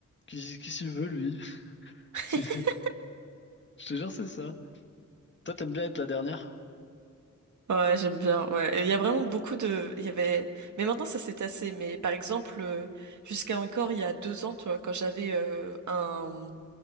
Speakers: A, on the left; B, on the right.
A: Qui, qui s'y veut, lui?
B: <laughs>
A: <laughs> Je te jure, c'est ça. Toi, t'aimes bien être la dernière?
B: Ouais, j'aime bien. Ouais. Et Il y a vraiment beaucoup de. Il y avait. Mais maintenant, ça s'est tassé. Mais par exemple, euh, jusqu'à encore il y a deux ans, tu vois, quand j'avais euh, un